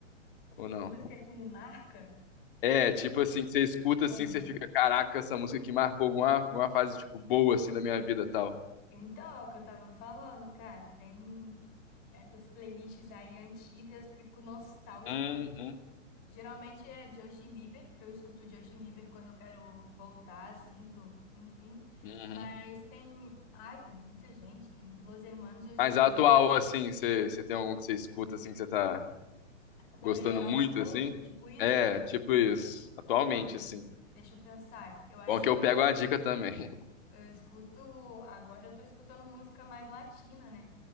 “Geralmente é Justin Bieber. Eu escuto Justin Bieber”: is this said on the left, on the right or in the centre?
Left